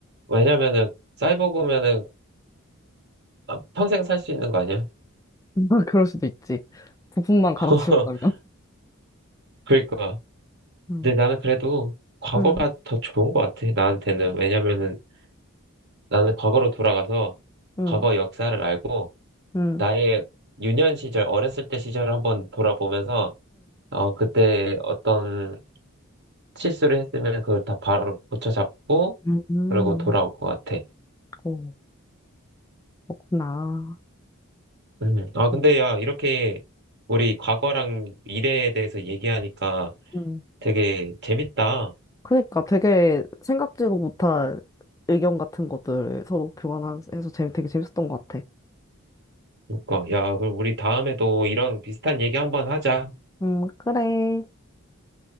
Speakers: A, on the right (about 50°); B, on the left (about 15°).
A: 왜냐면은 사이버그면은 아, 평생 살 수 있는 거 아니야?
B: <laughs> 그럴 수도 있지. 부품만 갈아치운다면.
A: <laughs> 그러니까.
B: 음,
A: 근데 나는 그래도 과거가
B: 음,
A: 더 좋은 것 같아. 나한테는. 왜냐면은 나는 과거로 돌아가서
B: 음,
A: 과거 역사를 알고
B: 음,
A: 나의 유년 시절, 어렸을 때 시절을 한번 돌아보면서 어, 그때 어떤 실수를 했으면 그걸 다 바로 고쳐잡고
B: 음, 음,
A: 그러고 돌아올 것 같아.
B: 어, 그렇구나.
A: 음. 아, 근데
B: 음.
A: 야, 이렇게 우리 과거랑 미래에 대해서 얘기하니까
B: 음,
A: 되게 재밌다.
B: 그러니까 되게 생각지도 못한 의견 같은 것들을 서로 교환해서 재미, 되게 재밌었던 것 같아.
A: 그러니까, 야, 그럼 우리 다음에도 이런 비슷한 얘기 한번 하자.
B: 음, 그래.